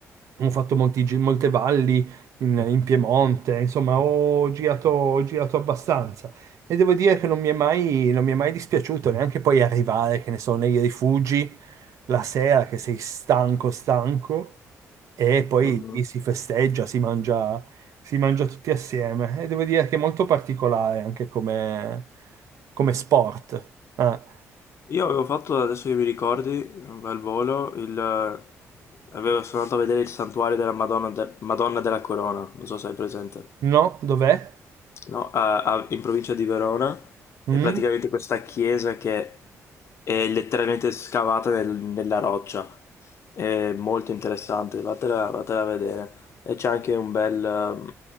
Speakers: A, on the right; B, on the left.
A: ho fatto molti gi- molte valli in, in Piemonte, insomma, ho girato, ho girato abbastanza. E devo dire che non mi è mai, non mi è mai dispiaciuto neanche poi arrivare, che ne so, nei rifugi la sera che sei stanco, stanco, e poi
B: Mhm.
A: lì si festeggia, si mangia si mangia tutti assieme e devo dire che è molto particolare anche come, come sport. Ah,
B: Io avevo fatto, adesso che mi ricordi, al volo, il... avevo, sono andato a vedere il santuario della Madonna, de- Madonna della Corona, non so se hai presente
A: no, dov'è?
B: no, a- a- in provincia di Verona,
A: Mm?
B: è praticamente questa chiesa che è letteralmente scavata nel- nella roccia. È molto interessante, vatela, vatela a vedere. E c'è anche un bel, um,